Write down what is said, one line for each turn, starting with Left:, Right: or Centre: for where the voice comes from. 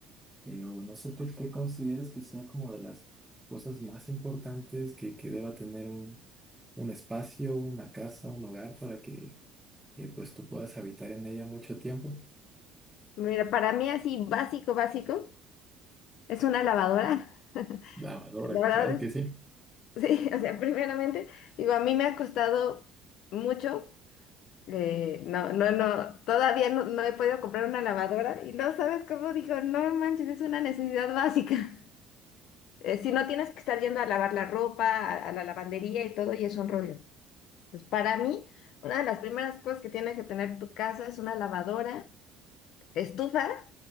Centre: Pero no sé por qué consideras que sea como de las cosas más importantes que, que deba tener un, un espacio, una casa, un hogar para que eh, pues tú puedas habitar en ella mucho tiempo.
Left: Mira, para mí así básico, básico, es una lavadora.
Centre: Lavadora,
Left: La verdad
Centre: claro
Left: es,
Centre: que sí.
Left: <laughs> sí, o sea, primeramente, digo, a mí me ha costado mucho. eh, no, no, no, todavía no, no he podido comprar una lavadora y no sabes cómo digo, no manches, es una necesidad básica. <laughs> Eh, si no tienes que estar yendo a lavar la ropa, a, a la lavandería y todo, y es un rollo. Entonces, para mí, una de las primeras cosas que tiene que tener tu casa es una lavadora, estufas.